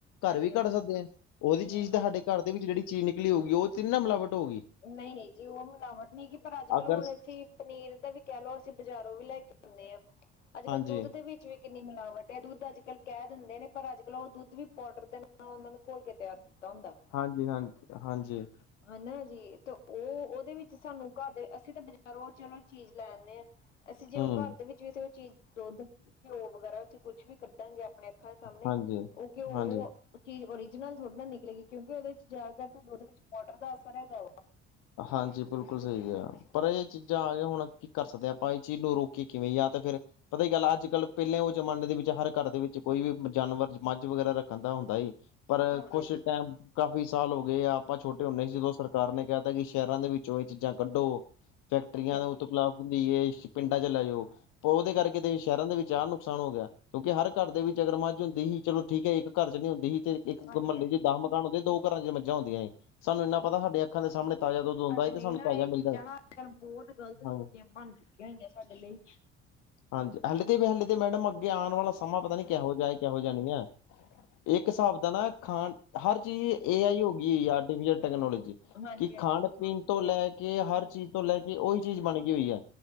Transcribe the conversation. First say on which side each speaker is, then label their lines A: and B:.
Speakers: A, on the left (about 60°); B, on the left (about 80°).
A: ਘਰ
B: ਹਾਂਜੀ-ਹਾਂਜੀ
A: ਵੀ ਕੱਢ ਸਕਦੇ ਆ ਉਦੀ
B: ਹੂੰ।
A: ਚੀਜ਼ ਤਾਂ ਸਾਡੇ ਘਰ ਦੇ ਵਿੱਚ ਜੇੜੀ ਚੀਜ਼ ਨਿਕਲੀ ਹੋਊਗੀ ਓ ਤੇ ਨ ਨਾ ਮਿਲਾਵਟ ਹੋਏ ਗੀ।
B: ਨਈ-ਨਈ ਜੀ ਓ ਮਿਲਾਵਟ ਨਈ ਹੈਗੀ ਗ ਪਰ ਅੱਜ ਕੱਲ
A: ਅਗਰ
B: ਹੁਣ ਅਸੀਂ ਪਨੀਰ ਦਾ ਵੀ ਕੈ ਲਓ ਅਸੀਂ ਬਜ਼ਾਰੋਂ ਵੀ ਲੈ ਕੇ ਹੁਣੇ ਆ ਅੱਜ ਕੱਲ੍ਹ
A: ਹਾਂਜੀ
B: ਦੁੱਧ ਦੇ ਵਿੱਚ ਵੀ ਕਿੰਨੀ ਮਿਲਾ ਐ ਦੁੱਧ ਅੱਜ ਕੱਲ੍ਹ ਕੈ ਦਿੰਦੇ ਨੇ ਪਰ ਅੱਜ ਕੱਲ੍ਹ ਓ ਦੁੱਧ ਵੀ ਪਾਊਡਰ ਦੇ ਨਾਲ ਉਨਾਂ ਨੂੰ ਘੋਲ ਕੇ ਤਿਆਰ ਕੀਤਾ ਹੁੰਦਾ।
A: ਹਾਂਜੀ-ਹਾਂਜੀ-ਹਾਂਜੀ।
B: ਹਨਾ ਜੀ ਤੇ ਓ ਉਦੇ ਵਿੱਚ ਤੇ ਸਾਨੂੰ ਘਰ ਦੇ ਅਸੀਂ ਤਾਂ ਬਜ਼ਾਰੋਂ ਚਲੋ ਚੀਜ਼ ਲੈ ਆਣੇ ਆਂ ਅਸੀਂ ਜੇ
A: ਹੂੰ
B: ਓ ਘਰ ਦੇ ਵੀ ਜੇ ਓ ਚੀਜ਼ ਦੁੱਧ ਘਿਓ ਵਗੈਰਾ ਅਸੀ ਕੁੱਛ ਵੀ ਕੱਢਾਂਗੇ ਆਪਣੇ ਅੱਖਾਂ ਸਾਹਮਣੇ
A: ਹਾਂਜੀ
B: ਓ ਘਿਉ
A: ਹਾਂਜੀ
B: ਓ ਚੀਜ਼ ਓਰੀਜਨਲ ਥੋੜ੍ਹੀ ਨਾਲ ਨਿਕਲੇਗੀ ਕਿਉਂਕਿ ਉਦੇ ਵਿੱਚ ਜਾਦਾਕਰ ਦੁੱਧ ਵਿੱਚ ਪੋਡਰ ਦਾ ਅਸਰ ਹੈਗਾ ਵਾ।
A: ਹਾਂਜੀ ਬਿਲਕੁਲ ਸਈ ਐ
B: ਹਮ
A: ਪਰ ਏ
B: ਹਮ
A: ਚੀਜ਼ਾਂ ਆ ਗਿਆ ਹੁਣ ਕੀ ਕਰ ਸਕਦੇ ਆਂ ਆਪਾਂ ਏ ਚੀਜ਼ ਨੂੰ ਰੋਕ ਕੇ ਕਿਵੇਂ ਆ ਫਿਰ ਪਤਾ ਈ ਗੱਲ ਅੱਜ ਕੱਲ੍ਹ ਪੈਲੇ ਓ ਜ਼ਮਾਨੇ ਦੇ ਵਿੱਚ
B: ਹਮ
A: ਹਰ ਘਰ ਦੇ ਵਿੱਚ ਕੋਈ ਵੀ ਜਾਨਵਰ ਮੱਝ ਵਗੈਰਾ ਰੱਖਣ ਦਾ ਹੁੰਦਾ ਹੀ। ਪਰ
B: ਹਾਂਜੀ
A: ਕੁਛ
B: ਹਾਂਜੀ
A: ਟੈਮ ਕਾਫੀ ਸਾਲ ਹੋ ਗਏ ਆ ਆਪਾਂ ਛੋਟੇ ਹੁੰਣੇ ਸੀ ਜਦੋਂ ਸਰਕਾਰ ਨੇ ਕੈ ਕਿ ਸ਼ਹਿਰਾਂ ਦੇ ਵਿੱਚੋਂ ਏ ਚੀਜ਼ਾਂ ਕੱਢੋ ਫੈਕਟਰੀਆਂ
B: ਹਾਂਜੀ ਹਾਂਜੀ
A: ਉ ਤਪ ਲਾਉ। ਹੁੰਦੀ ਏ ਪਿੰਡਾਂ 'ਚ ਲੈ ਜਾਓ ਪਰ ਉਦੇ ਕਰਕੇ ਤੇ ਸ਼ਹਿਰਾਂ ਦੇ ਵਿੱਚ ਆ ਨੂੰ ਨੁਕਸਾਨ ਹੋ ਗਿਆ ਕਿਉਂਕਿ ਹਰ ਘਰ ਦੇ ਵਿੱਚ ਅਗਰ ਮੱਝ ਹੁੰਦੀ ਹੀ ਚਲੋ ਠੀਕ ਏ ਇੱਕ ਘਰ 'ਚ ਨੀ ਹੁੰਦੀ ਹੀ। ਇੱਕ ਮਹੱਲੇ
B: ਹਾਂਜੀ ਹਾਂਜੀ
A: ਵਿੱਚ ਦਸ ਮਕਾਨ ਹੁੰਦੇ ਦੋ ਘਰਾਂ 'ਚ ਮੱਝਾਂ ਹੁੰਦੀਆਂ ਹੀ ਸਾਨੂੰ ਇੰਨਾ ਪਤਾ ਸਾਡੇ ਅੱਖਾਂ ਦੇ
B: ਬਿਲਕੁਲ
A: ਸਾਹਮਣੇ
B: ਜੀ
A: ਤਾਜ਼ਾ ਦੁੱਧ ਹੁੰਦਾ
B: ਸਾਡੇ
A: ਹੈ
B: ਲਈ
A: ਤੇ ਸਾਨੂੰ
B: ਨਾ
A: ਤਾਜ਼ਾ
B: ਏ ਚੀਜ਼ਾਂ
A: ਮਿਲਦਾ
B: ਨਾ ਅੱਜ ਕੱਲ੍ਹ ਬੋਤ ਗਲਤ ਚੁੱਕੀਆਂ
A: ਹਾਂ
B: ਬਣ ਚੁੱਕੀਆਂ ਹੋਈਆਂ ਸਾਡੇ ਲਈ
A: ਹਾਂਜੀ ਹਲੇ ਤੇ ਵੀ ਹੇ ਤੇ ਮੈਡਮ ਅੱਗੇ ਆਣ ਵਾਲਾ ਸਮਾਂ ਪਤਾ ਨੀ ਕਿਹੋ ਜਿਹਾ ਹੈ ਕਿਹੋ ਜਿਹਾ ਨਈ ਹੈ। ਇੱਕ ਹਿਸਾਬ ਦਾ ਨਾ ਖਾਣ ਹਰ ਚੀਜ਼ ਏ ਆਈ ਹੋ ਗਈ ਹੋਈ। ਟੈਕਨੋਲੋਜੀ
B: ਹਾਂਜੀ
A: ਕਿ
B: ਹਾਂਜੀ
A: ਖਾਣ ਪੀਣ ਤੋਂ ਲੈ ਕੇ ਹਰ ਚੀਜ਼ ਤੋਂ ਲੈ ਕੇ ਉਹੀ ਚੀਜ਼ ਬਣ ਗਈ ਹੋਈ ਆ।